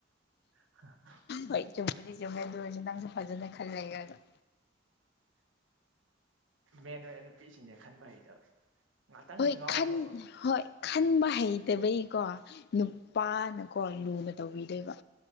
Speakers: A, on the right (about 85°); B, on the left (about 55°).
A: ꯍꯥ
B: ꯍꯣꯏ ꯆꯨꯝꯗꯤ ꯆꯨꯝꯒꯦꯗ ꯑꯣꯏꯁꯦ ꯅꯪꯁꯨ ꯐꯖꯅ ꯈꯜꯂꯦꯒꯗꯣ
A: ꯃꯦꯟ ꯑꯣꯏꯅ ꯅꯨꯄꯤꯁꯤꯡꯅꯦ ꯈꯟꯕ ꯍꯩꯇꯕ ꯉꯥꯛꯇꯪꯒꯤ
B: ꯍꯣꯏ
A: ꯉꯥꯎꯅꯨꯕ
B: ꯈꯟ ꯍꯣꯏ ꯈꯟꯕ ꯍꯩꯇꯕꯩꯀꯣ ꯅꯨꯄꯥꯅꯀꯣ ꯂꯨꯅ ꯇꯧꯕꯤꯗꯣꯏꯕ